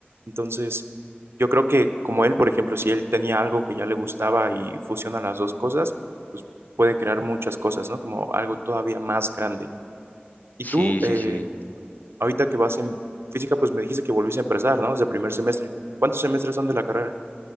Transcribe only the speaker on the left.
Sí,
sí, sí.